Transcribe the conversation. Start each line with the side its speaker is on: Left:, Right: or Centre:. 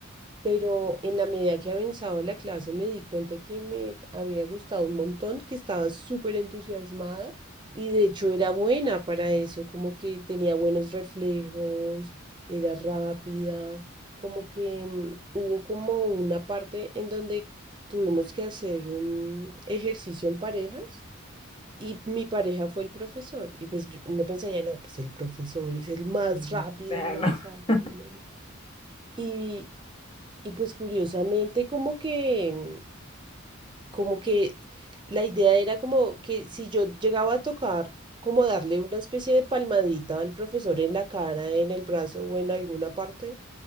Right: pero en la medida que avanzaba la clase me di cuenta que me había gustado un montón, que estaba súper entusiasmada y de hecho era buena para eso, como que tenía buenos reflejos, era rápida, como que mm, hubo como una parte en donde tuvimos que hacer un ejercicio en parejas. Y mi pareja fue el profesor. Y pues yo- uno pensaría, no, pues el profesor es el más
Left: Mm.
Right: rápido,
Left: bueno,
Right: el más ágil.
Left: <laughs>
Right: el- y, y pues curiosamente como que, mm, como que la idea era como que si yo llegaba a tocar, como darle una especie de palmadita al profesor en la cara, en el brazo o en alguna parte,